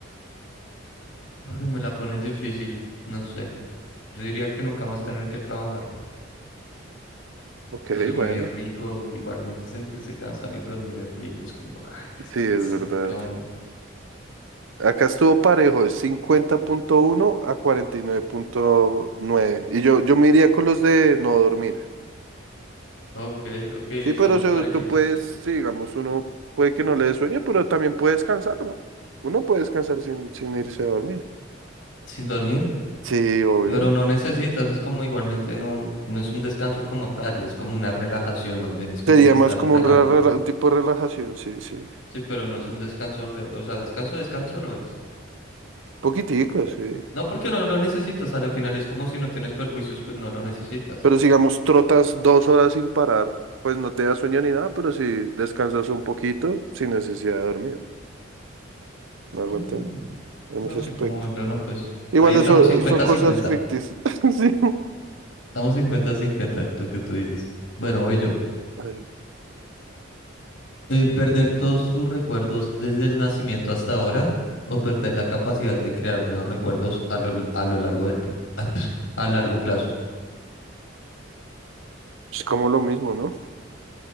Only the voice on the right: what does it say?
Ok,
bueno,
sí, es verdad.
Acá estuvo parejo, es cincuenta punto uno a cuarenta y nueve punto nueve. Y yo, yo me iría con los de no dormir.
Sí, pero o sea,
tú puedes, sí, digamos, uno puede que no le dé sueño, pero también puede descansar, ¿no? Uno puede descansar sin, sin irse a dormir.
Sí, obvio.
Sería
más como
un, re- rela- un tipo de relajación, sí, sí.
Poquitico, sí.
Pero si, digamos, trotas dos horas sin parar, pues no te da sueño ni nada, pero si descansas un poquito sin necesidad de dormir. No aguantan
en
ese
aspecto.
Igual
eso
son cosas
ficticias. <laughs> Sí.
A ver,
Es como lo mismo, ¿no?